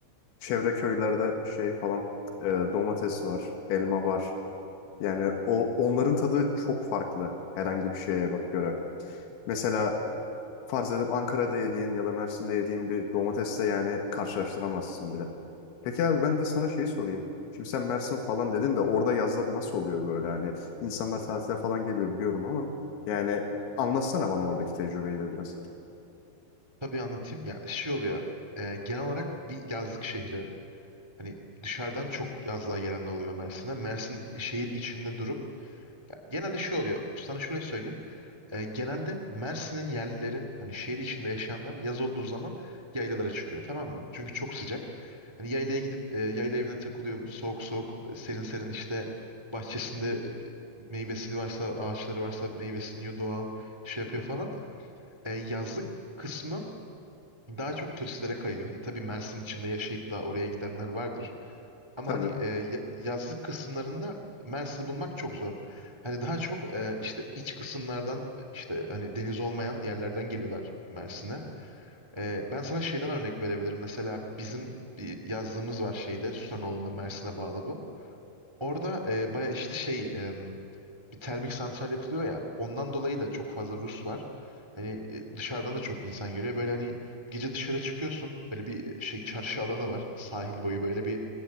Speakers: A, on the left (about 85°); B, on the right (about 35°).
A: çevre köylerde şey falan e, domates var, elma var. Yani o onların tadı çok farklı herhangi bir şeye göre. Mesela farz edip Ankara'da yediğin ya da Mersin'de yediğin bir domatesle yani karşılaştıramazsın bile. Peki abi ben de sana şeyi sorayım. Şimdi sen Mersin falan dedin de orada yazlar nasıl oluyor böyle hani insanlar tatile falan geliyor biliyorum ama yani anlatsana bana oradaki tecrübeyi de biraz.
B: tabii anlatayım. Ya şey oluyor. Ee, genel olarak bir yazlık şehri. Hani dışarıdan çok yazlığa gelenler oluyor Mersin'de. Mersin şehir içinde durup. Ya, genelde şey oluyor. Sana şöyle söyleyeyim. E, genelde Mersin'in yerlileri hani şehir içinde yaşayanlar yaz olduğu zaman yaylalara çıkıyor tamam mı? Çünkü çok sıcak. Hani yaylaya gidip e, yayla evine takılıyor soğuk soğuk e, serin serin işte bahçesinde e, meyvesi varsa ağaçları varsa meyvesini yiyor doğal şey yapıyor falan. E, yazlık kısmı daha çok turistlere kayıyor. Hani tabii Mersin içinde yaşayıp da oraya gidenler vardır. Ama
A: Tabii.
B: hani e, ya- yazlık kısımlarında Mersin'i bulmak çok zor. Hani daha çok e, işte iç kısımlardan e, işte hani deniz olmayan yerlerden geliyorlar Mersin'e. E, ben sana şeyden örnek verebilirim. Mesela bizim bir yazlığımız var şeyde Susanoğlu'na Mersin'e bağlı bu. Orada e, baya işte şey e, bir termik santral yapılıyor ya. Ondan dolayı da çok fazla Rus var. Hani e, dışarıdan da çok insan geliyor. Böyle hani gece dışarı çıkıyorsun. Böyle bir şey çarşı alanı var. Sahil boyu böyle bir